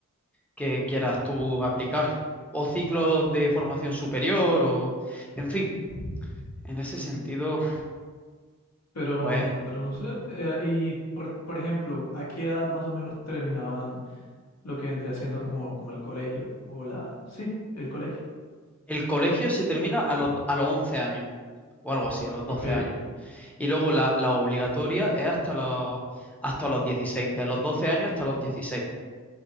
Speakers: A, in the centre; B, on the left.
A: que quieras tú aplicar o ciclos de formación superior o en fin, en ese sentido,
B: pero,
A: pues
B: pero no sé. eh, y por, por ejemplo, ¿a qué edad más o menos terminaban lo que vendría siendo como, como el colegio o la... Sí, el colegio.
A: el colegio se termina a los, a los 11 años o algo así, a los doce
B: Ok.
A: años. Y luego la, la obligatoria es hasta los, hasta los dieciséis de los 12 años hasta los dieciséis